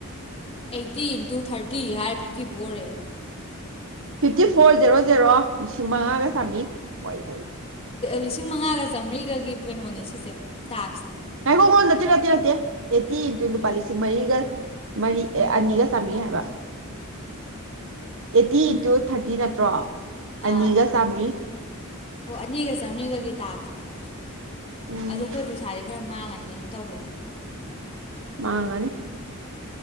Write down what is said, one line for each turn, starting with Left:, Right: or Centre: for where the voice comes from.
Left: eighty into thirty ꯍꯥꯏꯔ ꯐꯤꯞꯇꯤ ꯐꯣꯔꯌꯦ
Right: ꯐꯤꯞꯇꯤ ꯐꯣꯔ ꯖꯦꯔꯣ ꯖꯦꯔꯣ ꯂꯤꯁꯤꯡ ꯃꯉꯥꯒ ꯆꯥꯝꯃ꯭ꯔꯤ <inaudible>
Left: ꯂꯤꯁꯤꯡ ꯃꯉꯥꯒ ꯆꯥꯝꯔꯤꯒꯒꯤ ꯀꯩꯅꯣꯅꯦ ꯁꯤꯁꯦ ꯇꯥꯛ꯭ꯁꯅꯦ
Right: ꯉꯥꯏꯈꯣ ꯉꯥꯏꯒꯣ ꯅꯠꯇꯦ ꯅꯠꯇꯦ ꯅꯠꯇꯦ ꯑꯩꯠꯇꯤ ꯏꯟꯇꯨ ꯂꯨꯄꯥ ꯂꯤꯁꯤꯡ ꯃꯔꯤꯒ ꯃꯔꯤ ꯑꯦ ꯑꯅꯤꯒ ꯆꯥꯝꯃꯤ ꯍꯥꯏꯕ ꯑꯦꯠꯇꯤ ꯏꯟꯇꯨ ꯊꯥꯔꯇꯤ ꯅꯠꯇ꯭ꯔꯣ ꯑꯅꯤꯒ
Left: ꯑꯥ
Right: ꯆꯥꯝꯃꯔꯤ
Left: ꯑꯣ ꯑꯅꯤꯒ ꯆꯥꯝꯔꯤꯒꯒꯤ ꯇꯥꯛꯁꯅꯦꯕ
Right: ꯎꯝ
Left: ꯑꯗꯣ ꯑꯩꯈꯣꯏ ꯄꯩꯁꯥꯗꯤ ꯈꯔ ꯃꯥꯡꯉꯅꯤ ꯀꯩꯅꯣ ꯇꯧꯈ꯭ꯔꯦ
Right: ꯃꯥꯒꯅꯤ